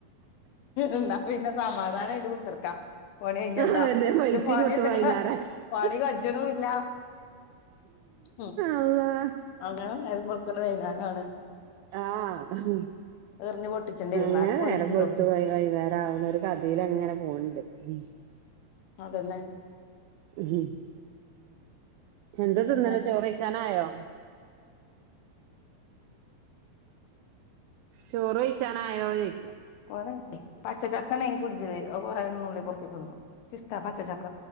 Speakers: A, on the left; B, on the right.
A: എന്നാ പിന്നെ സമാധായിട്ട് പേർക്കാം പണി കഴിഞ്ഞെന്നാ
B: അതന്നെ പൈസയും
A: ഇത് പണിത്തന്നെ
B: കിട്ടും വൈന്നേരം
A: പണി കജുണുവില്ലാ ഉം
B: അള്ളാ
A: അങ്ങനെ നേര വെളുക്കണെ <unintelligible>
B: ആഹ്
A: എറിഞ്ഞു പൊട്ടിച്ചണ്ടിരുന്നാലും
B: ങ്ങനെ
A: പോയിട്ടുണ്ടോ
B: നേരവെളുത്ത് വൈകു വൈന്നേരകണ ഒരു കഥയിലാ ഇങ്ങനെ പോണ്ട് ഉം
A: അതന്നെ
B: മ്മ് ഹും എന്ത്
A: പിന്നെ
B: തിന്നന്ന് ചോറുക്കച്ചാനായോ? ചോറ് കഴിച്ചാനായോ ചോയ്ക്കാ
A: കൊറെക്കേ പച്ചചക്ക ണ്ടായി ഫ്രിഡ്ജില് അത് കൊറെ നുള്ളി പൊറ്ക്കി തിന്നുഎനിക്കിഷ്ടാ പച്ചച്ചക്ക